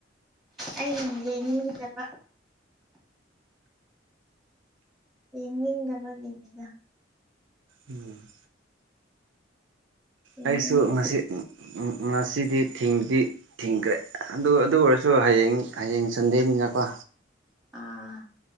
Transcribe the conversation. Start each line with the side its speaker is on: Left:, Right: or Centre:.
Centre: ꯑꯩꯅ ꯌꯦꯡꯅꯤꯡꯖꯕ ꯌꯦꯡꯅꯤꯡꯗꯕꯒꯤꯅꯤꯅ
Right: ꯎꯝ
Centre: ꯌꯦꯡꯅꯤꯡꯗꯕꯒꯤ
Right: ꯑꯩꯁꯨ ꯉꯁꯤ ꯉꯁꯤꯗꯤ ꯊꯤꯡꯕꯗꯤ ꯊꯤꯡꯈ꯭ꯔꯦ ꯑꯗꯨ ꯑꯗꯨ ꯑꯣꯏꯔꯁꯨ ꯍꯌꯦꯡ ꯍꯌꯦꯡ ꯆꯟꯗꯦꯅꯤꯡꯅꯀꯣ
Centre: ꯑꯥ